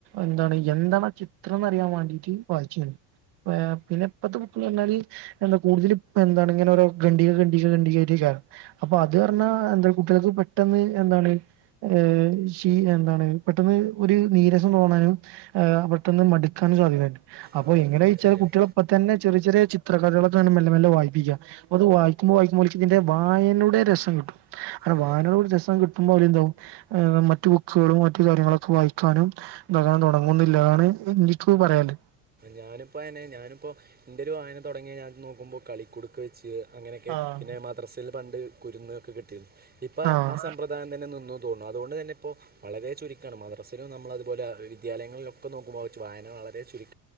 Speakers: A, on the right (about 55°); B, on the right (about 20°).
A: എന്താർ എന്താണാ ചിത്രം ന്നറിയാൻ വാണ്ടീട്ട് ഓ ശെരി പിന്നെ ഇപ്പത്തെ ബുക്കില് ർഞ്ഞാല് എന്താ കൂട്തല് എന്താണ് ഇങ്ങനെ ഓരോ ഗണ്ടിക ഗണ്ടിക ഗണ്ടികായ്റ്റ് അപ്പൊ അത് പർഞ്ഞാ എന്ത കുട്ട്യാൾക്ക് പെട്ടെന്ന് എന്താണ് ഏ ശീ എന്താണ് പെട്ടെന്ന് ഒര് നീരസം തോന്നാനും ആ പെട്ടെന്ന് മട്ക്കാനും സാധ്യതണ്ട് അപ്പൊ
B: ആ
A: എങ്ങനെയ്ച്ചാൽ
B: അത് ശരിയാണ്
A: കുട്ട്യാളെപ്പതന്നെ ചെറ്യ ചെറ്യേ ചിത്രകഥകളക്കെ അങ്ങനെ മെല്ലെ മെല്ലെ വായ്പ്പിക്ക അപ്പത് വായിക്ക്മ്പോ വായിക്ക്മ്പോ ഓൽക്കിതിന്റെ വായനയുടെ രസം കിട്ടും അ
B: അതെ
A: വാനോട് രസം കി ക്കുംമ്പോലെന്താവും ഏ മറ്റ് ബുക്ക്സ്കളും മറ്റു കാര്യങ്ങളൊക്കെ വായിക്കാനും താക്കാൻ തൊടങ്ങുന്ന്ല്ലാതാണ് എനിക്കു പറയാല്ലെ
B: ഞാന്പ്പ അനെ ഞാന്പ്പാേ ൻ്റെ ഒര് വായന തൊടങ്ങിയ ഞാൻ നോക്കുമ്പോ കളിക്കുടുക്ക വെച്ച് അങ്ങനെയെക്കെ
A: ആഹ്
B: പിന്നെ മദ്രസയിൽ പണ്ട് കുരുന്ന് ഒക്കെ കിട്ടിരുന്നു ഇപ്പ
A: ആഹ്
B: ആ സമ്പ്രദായം തന്നെ നിന്നു തോൺണു അതുകൊണ്ട് തന്നെ ഇപ്പോ വളരെ ചുരുക്കാണ് മദ്രസയിലും നമ്മളത്പോലെ വിദ്യാലയങ്ങളിലൊക്കെ നോക്കുമ്പോ വെച്ച് വായന വളരെ ചുരു